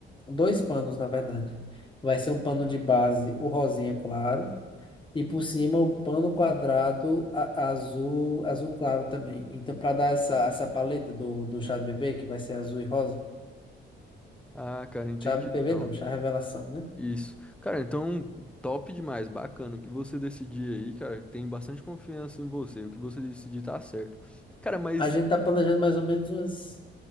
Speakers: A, on the left; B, in the centre.
A: Dois panos, na verdade. Vai ser um pano de base, o rosinha claro, e por cima o pano quadrado a- azul, azul claro também. Então, para dar essa, essa paleta do, do chá de bebê, que vai ser azul e rosa.
B: Ah, cara, entendi
A: Chá de bebê
B: então.
A: não, chá revelação, né?
B: Isso. Cara, então, top demais, bacana. O que você decidir aí, cara, tem bastante confiança em você. O que você decidir tá certo. Cara, mas.
A: A gente tá planejando mais ou menos umas